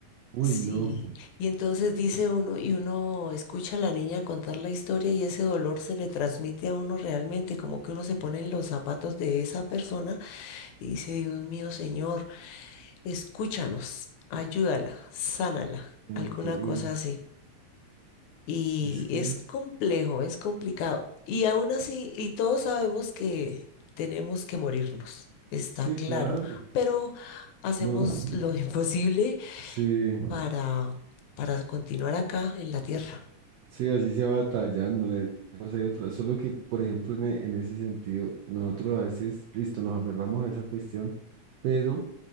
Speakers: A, on the right; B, on the left.
A: uy,
B: Sí,
A: no.
B: y entonces dice uno, y uno escucha a la niña contar la historia y ese dolor se le transmite a uno realmente, como que uno se pone en los zapatos de esa persona y dice, Dios mío, Señor, escúchanos, ayúdala, sánala,
A: Ento-
B: alguna
A: uy,
B: cosa
A: es
B: así. Y
A: es que
B: es
A: es.
B: complejo, es complicado. Y aún así, y todos sabemos que tenemos que morirnos, está
A: Sí,
B: claro,
A: claro.
B: pero hacemos
A: No. <laughs>
B: lo <laughs> imposible
A: Sí,
B: para, para continuar acá en la tierra.
A: sí, así se va batallándole. O sea, y otra. Solo que, por ejemplo, en, e- en ese sentido, nosotros a veces, listo, nos aferramos a esa cuestión, pero